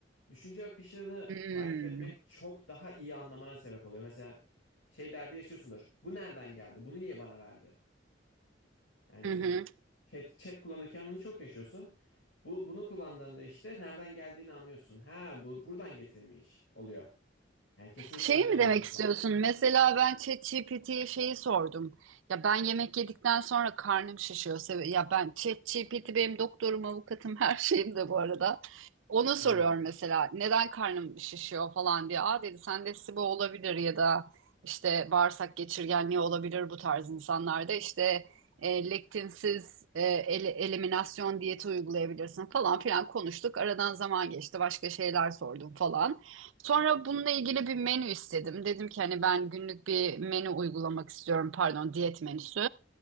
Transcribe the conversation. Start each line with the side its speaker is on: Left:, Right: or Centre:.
Left: Düşünce akışını
Right: Hmm.
Left: takip etmek çok daha iyi anlamana sebep oluyor. Mesela şey derdi yaşıyorsundur. Bu nereden geldi? Bunu niye bana verdi? Yani
Right: Hı hı.
Left: chat, chat kullanırken bunu çok yaşıyorsun. Bu bunu kullandığında işte nereden geldiğini anlıyorsun. Ha bu buradan getirmiş oluyor. Yani kesinlikle
Right: Şeyi
Left: öneririm
Right: mi demek
Left: bunu
Right: istiyorsun?
Left: kullanmanı.
Right: Mesela ben ChatGPT'ye şeyi sordum. Ya ben yemek yedikten sonra karnım şişiyor. Sebe- Ya ben ChatGPT benim doktorum, avukatım, <laughs> her şeyim de bu arada. Ona soruyorum
Left: Benim de öyle.
Right: mesela neden karnım şişiyor falan diye. Aa dedi sende SIBO olabilir ya da işte bağırsak geçirgenliği olabilir bu tarz insanlarda. İşte e, lektinsiz e, ele- eliminasyon diyeti uygulayabilirsin falan filan konuştuk. Aradan zaman geçti başka şeyler sordum falan. Sonra bununla ilgili bir menü istedim. Dedim ki hani ben günlük bir menü uygulamak istiyorum. Pardon, diyet menüsü.